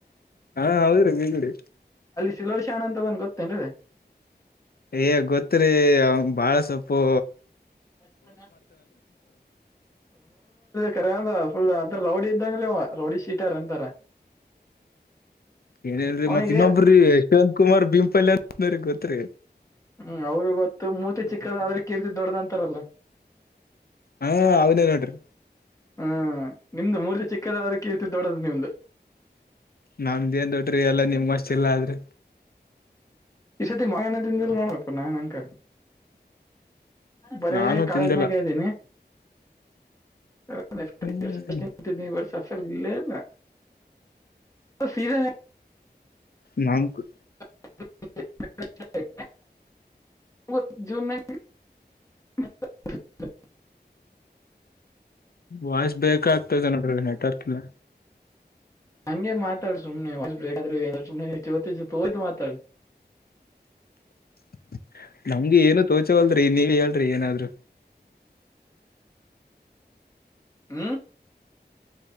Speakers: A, on the left; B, on the left.
A: ಹಾ ಹೌದುರಿ ಭೀಗುಡಿ
B: ಕಿಲಾಡಿ ಶಾಣ ಅಂತ ಅದನ ಗೊತ್ತ ಅನಾರಿ
A: ಏ ಗೊತ್ತ್ರರಿ ಅವನು ಬಾಳ ಸೊಪು
B: <inaudible> ಕರೆಂದ್ರ ಫುಲ್ ಅಂದ್ರ ರೌಡಿ ಇದ್ದಂಗ ರಿ ರೌಡಿ ಶೀಟಾರ ಅಂತಾರ
A: ಏನ್ಲ್ರರಿ
B: ಅವನಿಗೆ
A: ಮತ್ ಇನ್ನೊಬ್ಬ್ರೀ ಯಶವಂತ್ ಕುಮಾರ್ ಬಿಪಲ್ಯಾ ಅಂತ ಗೊತ್ರಿ
B: ಹ್ಮ್ ಅವ್ರ ಗೊತ್ತು ಮೂರ್ತಿ ಚಿಕ್ಕದ ಆದ್ರೆ ಕೀರ್ತಿ ದೊಡ್ಡದ ಅಂತಾರಲ್ಲ.
A: ಹ ಅವನೇ ನೋಡ್ರಿ.
B: ಹ್ಮ್ ನಿಮ್ದು ಮೂರ್ತಿ ಚಿಕ್ಕದಾದರು ಕೀರ್ತಿ ದೊಡ್ಡದು ನಿಮ್ದು
A: ನಂದ ಏನ್ ದೊಡ್ರಿ ಎಲ್ಲಾ ನಿಮ್ ವಾಸ್ಟ ಇಲ್ಲ ಆಲಾರಿ
B: ಈ ಸತೆ ಮಣಿಹಣ್ಣೂ ನೋಡ ಪ ನಾ ನ್ಂಕಾರ ಬರೇ
A: ನಾನು
B: ಕಾಲೆಜಿನಗ
A: ತಿಂದಿಲ್ಲ
B: ಇದೀನಿ <inaudible>
A: ಹ್ಮ್
B: ಹೆಸರಿಲ್ಲ ಏನ ಸಿದ ಹೇಳ
A: ನಾನ್ಕು
B: <inaudible> <inaudible>
A: ವಾಯ್ಸ್ ಬ್ರೇಕ ಆಗ್ತದೆ ನೋಡ್ರಿ ನೆಟ್ವರ್ಕ್ ಇಲ್ಲ
B: ಹಂಗೆ ಮಾತಾಡು ಸುಮ್ನೆ ವಾಯ್ಸ್ ಬ್ರೆಕದಾರು <unintelligible> ಮಾತಾಡ್
A: <inaudible> ನಮ್ಗೆ ಏನು ತೋಚವಲ್ರಿ ನೀವೆ ಹೇಳ್ರಿ ಏನಾದ್ರು
B: ಹ್ಮ